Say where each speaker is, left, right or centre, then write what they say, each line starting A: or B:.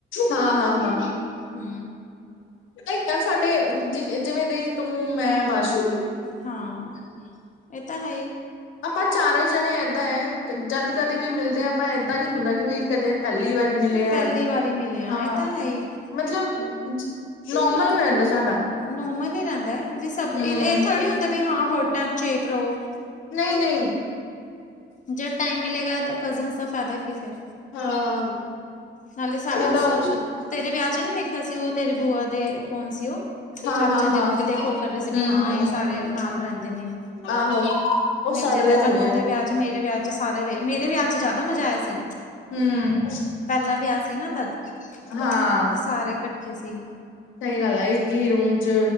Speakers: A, on the left; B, on the left.
A: ਹਾਂ ਹਾਂ ਹਾਂ
B: ਹਮ
A: ਨਹੀਂ ਯ ਸਾਡੇ ਜਿ ਜਿਵੇਂ ਦੇਖ ਤੂੰ ਮੈਂ ਬਾਸ਼ੂ
B: ਹਾਂ ਇਹ ਤਾਂ ਹੈ
A: ਆਪਾਂ ਚਾਰੇ ਜਣੇ ਇਏਦਾਂ ਹੈ ਜਦ ਕਦੇ ਵੀ ਮਿਲਦੇ ਹਾਂ ਆਪਾਂ ਇਏਦਾਂ ਨੀ ਹੁੰਦਾ ਕਿ ਵੀ ਕਦੇ ਪੱਲਲੀ ਵਾਰੀ ਮਿਲੇ
B: ਪਹਿਲੀ
A: ਆ
B: ਵਾਰੀ ਮਿਲਿਆ
A: ਹਾਂ
B: ਇਹ ਤਾਂ ਹੈ ਹੀ
A: ਮਤਲਬ ਨੋਰਮਲ ਹੋ ਜਾਂਦਾ ਸਾਡਾ
B: ਨੋਰਮਲ ਹੀ ਰਹਿੰਦਾ ਬ ਸਭ
A: ਹੂੰ
B: ਇਹਥੋੜ੍ਹੀ ਹੁੰਦਾ ਹਾਂ ਹਰ ਟਮ ਚੇਪ ਰਹੋ
A: ਨਹੀਂ ਨਹੀਂ
B: ਜੇ ਟਾਈਮ ਮਿਲੇਗਾ ਕਜ਼ਨ ਦਾ ਫਾਇਦਾ ਕੀ ਫੇਿਰ
A: ਹਾਂ
B: ਨਾਲੇ
A: ਮੈਂ ਤਾਂ
B: ਤੇਰੇ ਵਿਆਹ ਚ ਨੀ ਵੇਖਿਆ ਸੀ ਉਹ ਤੇਰੇ ਬੂਆ ਦੇ ਉਹ ਕੌਣ ਸੀ ਉਹ
A: ਹਾਂ-ਹਾਂ-ਹਾਂ
B: ਚਾਚਾ ਦੇ ਉਹ ਵੀ ਦੇਖੋ ਕਰ ਰਹੇ ਸੀ ਵੀ
A: ਹੂੰ-ਹੂੰ-ਹੂੰ
B: ਹਾਂ ਇਹ ਸਾਰੇ ਨਾਲ ਰਹਿੰਦੇ ਨੇ
A: ਆਹੋ ਉਹ
B: ਮੇ
A: ਛੱਡ
B: ਜਿਦਾ
A: ਰਹੇ
B: ਕੰਨੂ
A: ਸੀਗੇ
B: ਦੇ ਵਿਆਹ ਮੇਰੇ ਵਿਆਹ ਚ ਸਾਰੇ ਮੇਰੇ ਵਿਆਹ ਚ ਜ਼ਿਆਦਾ ਮਜ਼ਾ ਆਇਆ ਸੀ
A: ਹਮ
B: ਪਹਿਲਾਂ ਵਿਆਹ ਸੀ ਨਾ ਤਦ
A: ਹਾਂ
B: ਤੇ ਸਾਰੇ ਇਕੱਠੇ ਸੀ
A: ਸਹੀ ਗੱਲ ਆ ਇੱਕ ਹੀ ਰੂਮ ਚ